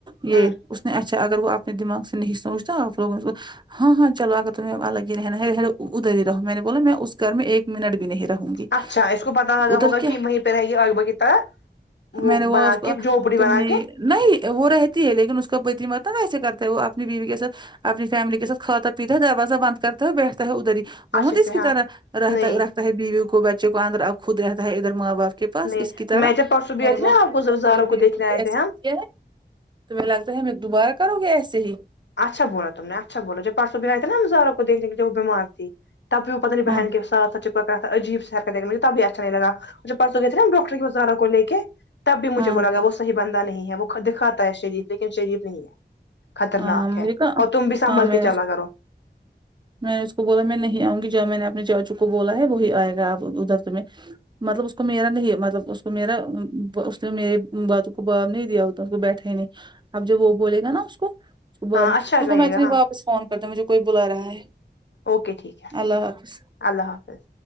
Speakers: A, on the right; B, on the left.
A: یے
B: ہوں
A: اس نے اچھا اگر وہ اپنے دماغ سے نہیں سوچتا آپ لوگوں اس کو ہاں ہاں چلو اگر تمہیں الگ رہنا ہےلو ادھر ہی رہو میں نے بولا میں اس گھر میں ایک منٹ بھی نہیں رہوں گی
B: اچھا اس کو پتا ہےا
A: ادھر
B: ہوگا
A: کیا
B: کہ میں پے رہے گی <unintelligible> کے پاس وہ
A: میں نے
B: بنا
A: اس کو
B: کے جھوپڑی
A: تم
B: بنا
A: نے
B: کے
A: نہیں وہ رہتی ہے لیکن اس کا پتی مت ویسے کرتا ہے وہ اپنی بیوی کے ساتھ اپنی فیملی کے ساتھ کھاتا پیتا ہے دروازہ بند کرتا ہو بیٹھتا ہے ادھر ہی وہ
B: اچھے
A: مت
B: سے
A: اس کی
B: ہاں
A: طرح رہتا
B: نہیں
A: رکھتا ہے بیویوں کو بچوں کو اندر خود رہتا ہے ادھر ماں باپ کے پاس
B: نہیں
A: اس کی طرح
B: میں جب پرسوں بھی
A: میں
B: آئی
A: نے
B: تھی
A: بہت
B: نا
A: اپنی
B: آپ کو
A: پہلی
B: زبزاروں
A: والی
B: کو
A: بیوی
B: دیکھنے
A: بھی
B: آئے
A: ایسے
B: تھے ہم
A: ہی کیا تو مے لگتا ہے میں دوبارہ کرونگی ایسے ہی
B: اچھا بولا تم نے اچھا بولا جو پرسو بہائی تھ نا ہم زاروں کو دیکھنے کے جب وہ بیمار تھی تب بھی وہ پتہ نہیں بہن
A: ہاں
B: کے ساتھ چپ کرا تھا عجیب سا مجھے تبھی اچھا نہیں لگا وہ جو جب گئے تھے نا ہم ڈاکٹر کے پاس زارا کو لے کے تب بھی مجھے
A: ہاں
B: وہ لگا وہ صحیح بندہ نہیں ہے وہ دکھاتا ہے شریف لیکن شریف نہیں ہے خطرناک
A: ہاں مجھے
B: کے
A: کہا
B: اور تم بھی سنبل
A: ہاں میں
B: کے
A: نے اس
B: چلا کرو
A: میں نے اس کو بولا میں نہیں آؤں گی جب میں نے اپنے چاچو کو بولا ہے وہی آئے گا ادھر تمیں مطلب اس کو میرا نہیں مطلب اس کو میرا اس نے میری باتوں کو بات نہیں دیا تو اس کو بیٹھے ہی نہیں اب جب وہ بولے گا نا اس کو صبح
B: ہاں اچھا
A: روکو
B: لگے
A: میں اتنے
B: گا ہاں
A: واپس فون کرتا ہوں مجھے کوئی بلا رہا ہے
B: اوکے ٹھیک ہے
A: اللہ حافظ
B: اللہ حافظ